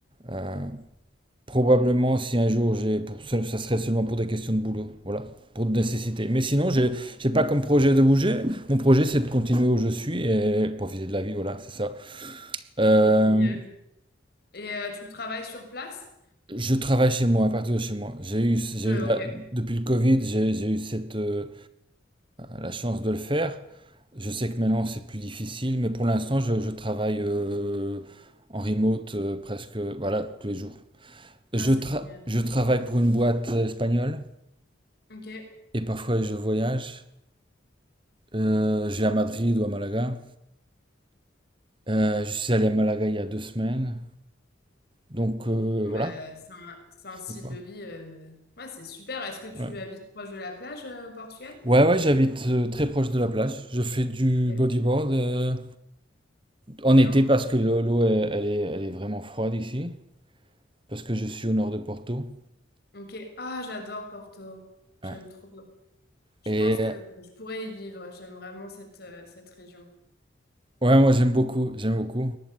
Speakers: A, on the right (about 25°); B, on the left (about 55°).
A: Euh, probablement, si un jour j'ai, pour, ça ça serait seulement pour des questions de boulot, voilà, pour de nécessité. Mais sinon, j'ai, j'ai pas comme projet de bouger. Mon projet, c'est de continuer où je suis et profiter de la vie. Voilà, c'est ça. Euh,
B: c'est génial. Et euh, tu travailles sur place?
A: Je travaille chez moi, à partir de chez moi. J'ai eu, j'ai
B: Euh,
A: eu la-
B: ok.
A: depuis le Covid, j'ai, j'ai eu cette, euh, la chance de le faire. Je sais que maintenant c'est plus difficile, mais pour l'instant je, je travaille euh, en remote euh, presque, voilà, tous les jours. Je,
B: Ah, c'est
A: tra-
B: génial.
A: je travaille pour une boîte espagnole
B: Ok.
A: et parfois je voyage. Euh, je vais à Madrid ou à Malaga. Euh, je suis allé à Malaga il y a deux semaines. Donc euh,
B: Bon, Bah,
A: voilà,
B: c'est un, c'est un
A: je
B: style
A: sais pas.
B: de vie. euh, Ouais, c'est super. Est-ce que tu
A: Ouais,
B: habites proche de la plage euh, au Portugal?
A: ouais, ouais, j'habite euh, très proche de la plage. Je fais du
B: Ouais,
A: bodyboard. euh,
B: trop
A: En
B: bien.
A: été, parce que l'eau, l'eau, elle, elle est, elle est vraiment froide ici, parce que je suis au nord de Porto.
B: Ok. Ah, j'adore Porto. J'aime
A: Ouais.
B: trop. Je
A: Et
B: pense que je pourrais y vivre. J'aime vraiment cette, euh, cette région.
A: ouais, moi j'aime beaucoup, j'aime beaucoup.